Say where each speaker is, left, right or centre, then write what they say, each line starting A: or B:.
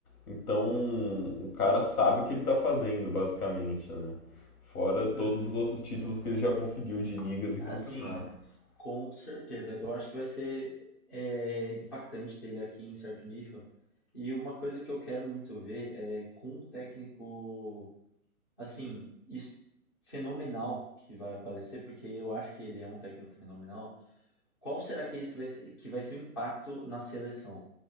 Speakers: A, on the left; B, on the left.
A: Então o cara sabe o que ele tá fazendo, basicamente, né? Fora todos
B: Hum.
A: os outros títulos que ele já conseguiu de ligas e
B: Ah,
A: campeonatos.
B: sim, com certeza. Eu acho que vai ser é, impactante ter ele aqui em certo nível. E uma coisa que eu quero muito ver é com um técnico, assim, es- fenomenal que vai aparecer, porque eu acho que ele é um técnico fenomenal. Qual será que esse vai ser, que vai ser o impacto na seleção?